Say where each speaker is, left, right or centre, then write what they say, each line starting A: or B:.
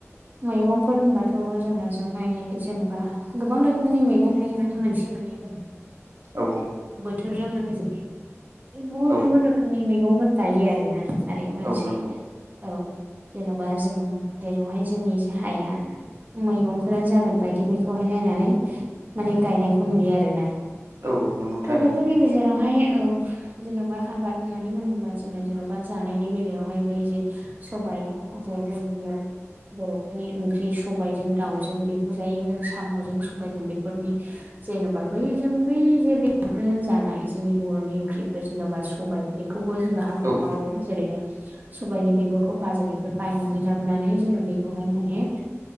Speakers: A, on the right; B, on the right.
A: मैगंफोर होनबाथ' जोंना जोंहाय जेनेबा गोबां रोखोमनि मैगं थायो माने मोनसे मोनैल'
B: औ औ
A: बोथोरजों लोगोसे गुबुन
B: औ
A: गुबुन रोखोमनि मैगंफोर गायो आरोना आरो मोनसे
B: औ नंगौ
A: औ जेन'बा जों जेरावहाय जोंनि हाया मैगंफोरा जागोन बायदि बेखौहाय नायनानै माने गायनायखौ नुयो आरोना
B: औ औ नंगौ
A: थ'
B: थारैनो
A: बेफोरनि गेजेरावहाय औ जेन'बा आबाद होननानै बुङोबा जोङो जेन'बा जानायनि बेलायावहाय जे सबाइ जोंजे नुयो बर'फोरनि ओंख्रि सबाइजों दाउजों बेखौ जायो जों साम'जों सबाइजों बेफोरनि जेन'बा बैजों बै जे बेदरफोरजों जानाय जोंनि बर'नि ओंख्रिफोर जेन'बा सबाइ बेखौबो जोङो आबाद
B: औ
A: मावो जेरैहाय सबायाइनि बेगरखौ बाजारनिफ्राय बायनानै लाबोनानै जोङो बेखौहाय माने